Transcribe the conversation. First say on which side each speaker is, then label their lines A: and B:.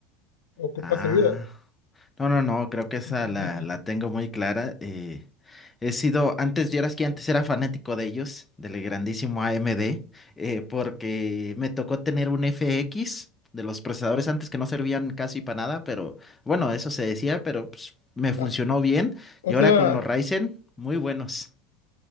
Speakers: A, on the left; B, on the left.
A: ¿Ocupas
B: Ah.
A: ayuda?
B: No, no, no, creo que esa
A: <laughs>
B: la, la tengo muy clara. eh, he sido, antes, vieras que antes era fanático de ellos, del grandísimo AMD, eh, porque me tocó tener un FX de los procesadores antes que no servían casi para nada, pero bueno, eso se decía, pero pues, me funcionó
A: Ah,
B: bien.
A: o
B: Y ahora
A: sea,
B: con los Ryzen, muy buenos.